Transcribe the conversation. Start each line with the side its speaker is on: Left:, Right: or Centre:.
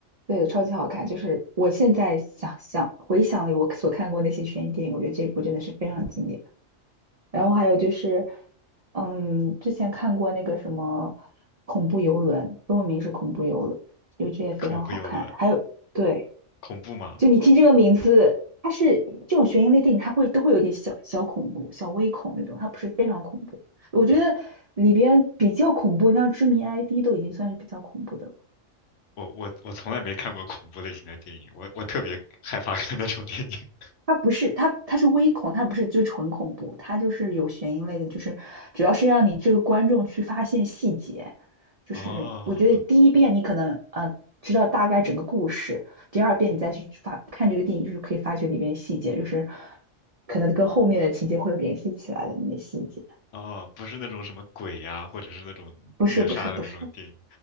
Right: 对，超级好看。就是我现在想想回想我所看过那些悬疑电影，我觉得这一部真的是非常经典。然后还有就是，嗯，之前看过那个什么恐怖游轮，中文名是恐怖游轮，就这也非常好看。
Left: 恐怖游轮，
Right: 还有，对，
Left: 恐怖吗？
Right: 就你听这个名字，它是这种悬疑类电影，它会都会有点小小恐怖、小微恐那种，它不是非常恐怖。我觉得里边比较恐怖，
Left: 是吧？
Right: 像《知名 ID》都已经算是比较恐怖的了。
Left: 我我我从来没看过恐怖类型的电影，我我特别害怕看那种电影。<laughs>
Right: 它不是它它是微恐，它不是就纯恐怖，它就是有悬疑类的，就是主要是让你这个观众去发现细节。就是我觉得第一遍你可能呃知道大概整个故事，
Left: 哦
Right: 第二遍你再去发看这个电影，就是可以发掘里面细节，就是可能跟后面的情节会有联系起来的那些细节。
Left: 哦，不是那种什么鬼呀、或者是那种虐杀的那种电影。
Right: 不是不是不是，